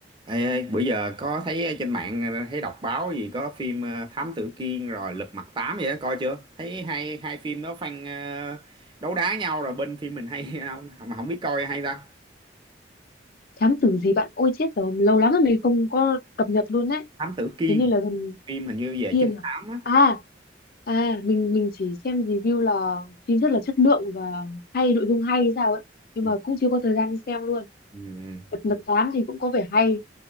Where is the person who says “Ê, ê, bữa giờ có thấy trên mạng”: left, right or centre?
Right